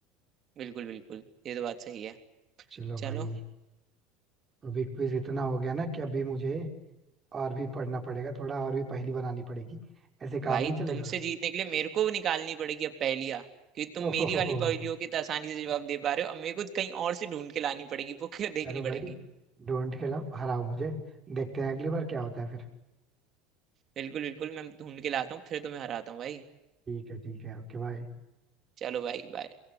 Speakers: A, on the right; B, on the right.
A: बिल्कुल बिल्कुल ये तो बात सही है
B: चलो
A: चलो
B: भाई अभी क्विज इतना हो गया ना कि अभी मुझे और भी पढ़ना पड़ेगा थोड़ा और भी पहेली बनानी पड़ेगी ऐसे काम
A: भाई
B: नहीं चलेगा
A: तुमसे जीतने के लिए मेरे को निकालनी पड़ेगी अब पहेलियाँ क्योंकि तुम
B: ओहो
A: मेरी
B: हो
A: वाली
B: हो
A: पहेलियों के तो आसानी से जवाब दे पा रहे हो अब मेरे को कहीं और से ढूंढ के लानी पड़ेगी वो <laughs> क्या देखनी
B: चलो
A: पड़ेगी
B: भाई डोंट खिलाओ हराओ मुझे देखते हैं अगली बार क्या होता है फिर
A: बिल्कुल बिल्कुल मैं ढूंढ के लाता हूँ फिर तुम्हें हराता हूँ भाई
B: ठीक है ठीक है Okay bye
A: चलो भाई बाय